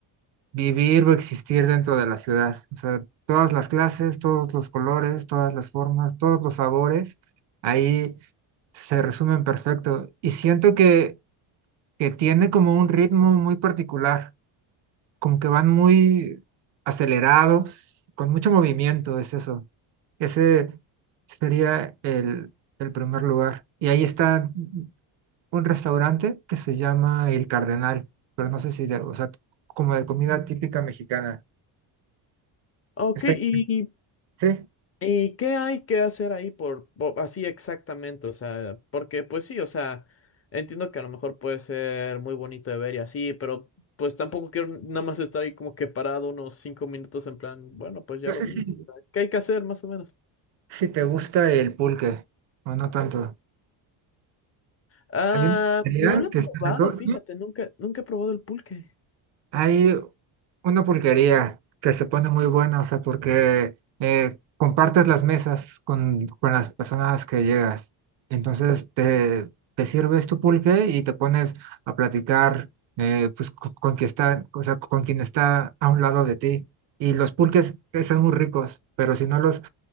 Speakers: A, on the right; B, on the left.
A: vivir o existir dentro de la ciudad. O sea, todas las clases, todos los colores, todas las formas, todos los sabores, ahí se resumen perfecto. Y siento que, que tiene como un ritmo muy particular como que van muy acelerados, con mucho movimiento, es eso. Ese sería el, el primer lugar. Y ahí está un restaurante que se llama El Cardenal, pero no sé si, de- o sea, como de comida típica mexicana.
B: Ok,
A: Está,
B: y,
A: sí,
B: y ¿qué hay que hacer ahí por, po- así exactamente? O sea, porque pues sí, o sea, entiendo que a lo mejor puede ser muy bonito de ver y así, pero pues tampoco quiero nada más estar ahí como que parado unos cinco minutos en plan, bueno, pues ya
A: no
B: lo
A: sé
B: vi.
A: si,
B: ¿Qué hay que hacer más o menos?
A: si te gusta el pulque o no tanto.
B: Ah,
A: Hay una pizzería
B: no lo he
A: que
B: probado,
A: está rico.
B: fíjate, nunca, nunca he probado el pulque.
A: Hay una pulquería que se pone muy buena, o sea, porque eh, compartes las mesas con, con las personas que llegas. Entonces te, te sirves tu pulque y te pones a platicar eh, pues, co- con, quien está, o sea, con quien está a un lado de ti. Y los pulques están muy ricos, pero si no los